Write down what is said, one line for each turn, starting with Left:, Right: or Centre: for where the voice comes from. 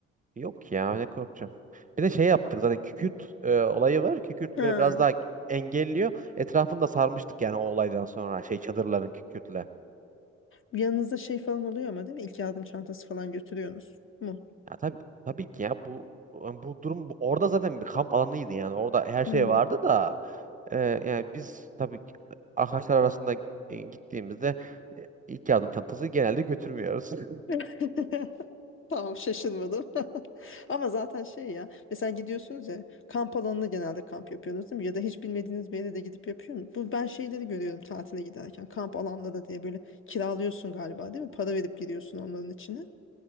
Right: Yok ya ne korkacağım. Bir de şey yaptık zaten kükürt e, olayı var. Kükürt
Left: Ha.
Right: böyle biraz daha engelliyor. Etrafını da sarmıştık yani o olaydan sonra şey çadırların kükürtle.
Left: Yanınızda şey falan oluyor ama değil mi? İlk yardım çantası falan götürüyorsunuz mu?
Right: Ya tabii, tabii ki ya bu yani bu durum bu- orada zaten bir kamp alanıydı yani orada her
Left: Hmm.
Right: şey vardı da e, yani biz tabii ki arkadaşlar arasında e, gittiğimizde e, ilk yardım çantası genelde götürmüyoruz. <laughs>
Left: <laughs> Tamam şaşırmadım. <laughs> Ama zaten şey ya mesela gidiyorsunuz ya kamp alanına genelde kamp yapıyorsunuz değil mi? Ya da hiç bilmediğiniz bir yere de gidip yapıyor musunuz? Bu ben şeyleri görüyorum tatile giderken kamp alanları diye böyle kiralıyorsun galiba değil mi? Para verip giriyorsun onların içine.